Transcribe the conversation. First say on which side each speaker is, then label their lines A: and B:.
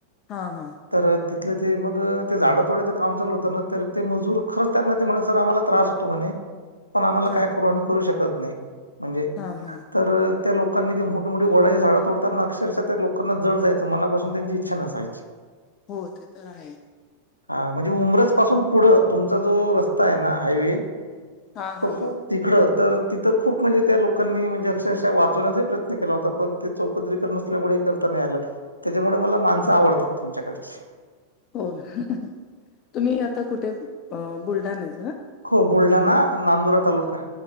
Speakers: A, on the left (about 35°); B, on the left (about 85°).
A: हा हा‌.
B: तर तिथले ते मग ते झाड तोड्याचं काम चालू होत ना, तर ते मजूर खरंच त्याना ते म्हणा सर आम्हाला- त्रास होतो म्हणे, पण आम्हाला
A: हां,
B: काय कर आम्ही करू शकत नाही. म्हणजे
A: हां हां.
B: तर त्या लोकांनी ती मोठमोठी वडाची झाडं तोडताना, अक्षरशः लोकना जड जायचं. मनापासून त्यांची इच्छा नसायची. <inaudible>
A: हो, ते तर आहे‌.
B: हा म्हणजे उब्रंज पासून पुढं, तुमचा जो रस्ता आहे ना हायवे
A: हां, हां,
B: तिकड
A: हां.
B: तर तिथं खूप म्हणजे त्या लोकांनी म्हणजे अक्षरशः वाचण्याचा प्रयत्न केला होता. पण ते चौपदरीकरण नसल्यामुळे हे करता नाही आलं‌ काय. त्यांच्यामुळे मला माणसं आवडतात तुमच्याकडची.
A: हो तुम्ही आता कुठे बुलढाणा च.
B: हो बुलढाणा नांदुरा तालुका.